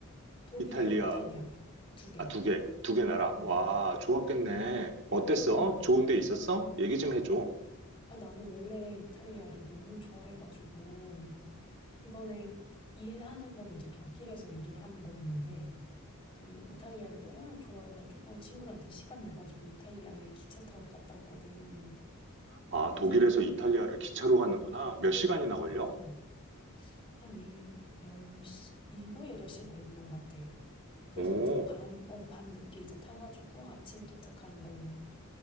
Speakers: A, on the left; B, on the right.
A: 독일이랑
B: 이탈리아,
A: 이탈리아 두 개.
B: 아, 두 개, 두개 나라.
A: 응.
B: 와, 좋았겠네. 어땠어?
A: 어.
B: 좋은 데 있었어? 얘기 좀 해줘.
A: 아, 나는 원래 이탈리아를 너무 좋아해가지고 이번에 일하는 거는 이제 독일에서 일을 하는 거였는데 그 이탈리아를 너무 좋아해가지고 친구랑 이제 시간 내가지고 이탈리아에 기차 타고 갔다 왔거든.
B: 아,
A: 그래서
B: 독일에서 이탈리아를 기차로 가는구나. 몇 시간이나 걸려?
A: 어, 어, 한 일, 열 시, 일곱, 여덟 시간 걸렸던 것 같아. 그래서
B: 오,
A: 이제 밤, 어, 밤 늦게 이제 타가지고 아침에 도착하는 걸로